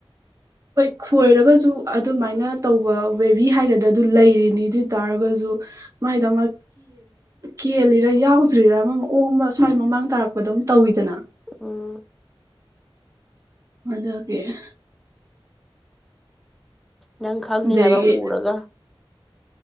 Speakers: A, on the right (about 35°); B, in the centre.
A: ꯑꯩꯈꯣꯏ ꯈꯣꯏꯔꯒꯁꯨ ꯑꯗꯨꯃꯥꯏꯅ ꯇꯧꯕ ꯋꯦꯕꯤ ꯍꯥꯏꯒꯗ꯭ꯔꯥ ꯑꯗꯨ ꯂꯩꯔꯤꯅꯤ ꯑꯗꯨ ꯑꯣꯏ ꯇꯔꯒꯁꯨ ꯃꯥꯏꯗꯣ ꯑꯃ ꯀꯦꯜꯂꯤꯔꯥ ꯌꯥꯎꯗ꯭ꯔꯤꯔꯥ ꯑꯃ ꯑꯃ ꯑꯣꯡ ꯑꯃ ꯁ꯭ꯋꯥꯏ ꯃꯃꯥꯡ ꯇꯥꯔꯛꯄꯗ ꯑꯗꯨꯝ ꯇꯧꯋꯤꯗꯅ
B: ꯑꯣ
A: ꯃꯗꯦ
B: ꯅꯪ ꯈꯪꯅꯤ
A: ꯑꯗꯒꯤ
B: ꯍꯥꯏꯕ ꯎꯔꯒ